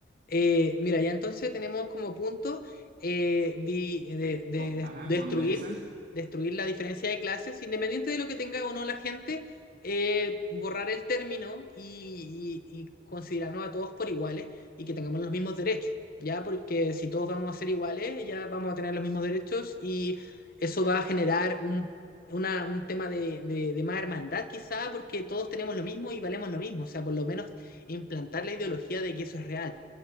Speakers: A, on the left (about 50°); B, on the right (about 50°).
A: Eh, mira, ya entonces tenemos como puntos eh, di- de, de-
B: Co-
A: de-
B: ajá,
A: destruir,
B: condensa.
A: destruir la diferencia de clases, independiente de lo que tenga o no la gente, eh, borrar el término y, y- y considerarnos a todos por iguales y que tengamos los mismos derechos, ¿ya? Porque si todos vamos a ser iguales, ya vamos a tener los mismos derechos y eso va a generar un, una- un tema de, de de más hermandad quizá, porque todos tenemos lo mismo y valemos lo mismo, o sea, por lo menos implantar la ideología de que eso es real.